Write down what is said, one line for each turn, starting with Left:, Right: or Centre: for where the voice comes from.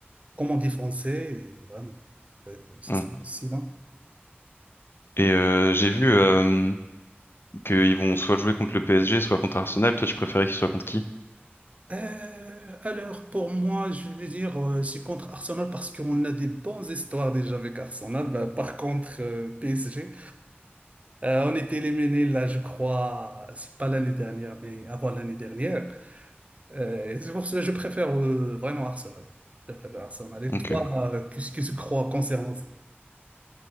Right: comment défoncer, et vraiment, euh, ça
Left: Hum.
Right: sera difficile, hein.
Left: Et euh, j'ai vu euh, qu'ils vont soit jouer contre le PSG, soit contre Arsenal. Toi, tu préférais qu'ils soient contre qui?
Right: Euh, alors, pour moi, je vais dire, euh, je suis contre Arsenal parce qu'on a des bonnes histoires déjà avec Arsenal. Bah, par contre, euh, PSG, euh, on était éliminé là, je crois, c'est pas l'année dernière, mais avant l'année dernière. Euh, et c'est pour ça que je préfère euh, vraiment Arsenal. Je préfère Arsenal. Et
Left: Ok.
Right: toi, euh, qu'est-ce que tu crois concernant ça?